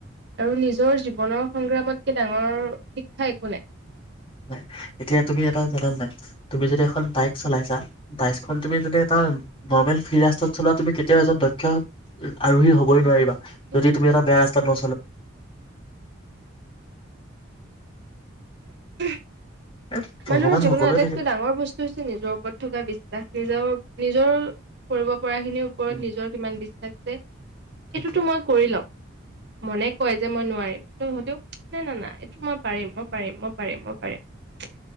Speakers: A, on the right; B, on the left.
A: আৰু নিজৰ জীৱনৰ সংগ্ৰামতকে ডাঙৰ শিক্ষা একো নাই।
B: ন', এতিয়া তুমি এটা জানা নাই তুমি যদি এখন বাইক চলাইছা বাইকখন তুমি যদি এটা নৰ্মেল ফিৰাস্তত চলোৱা তুমি কেতিয়াও এজন দক্ষ আৰোহী হ'বই নোৱাৰিবা।
A: সেইটোৱে
B: যদি তুমি এটা বেয়া ৰাস্তাত <inaudible>
A: <inaudible>
B: এ ভগৱান
A: মানুহৰ জীৱনত
B: সকলোৱে
A: আটাইতকৈ
B: থাকে
A: ডাঙৰ বস্তু হৈছে নিজৰ ওপৰত থকা বিশ্বাস নিজৰ নিজৰ কৰিব পঢ়া খিনিৰ ওপৰত
B: উম
A: নিজৰ কিমান বিশ্বাস। <inaudible>
B: সেইটো
A: এইটোতো মই কৰি লম। মনে কয় যে মই নোৱাৰিম কিন্তু হলেও নাই ন না এইটো মই পাৰিম। পাৰিম মই -পাৰিম মই পাৰিম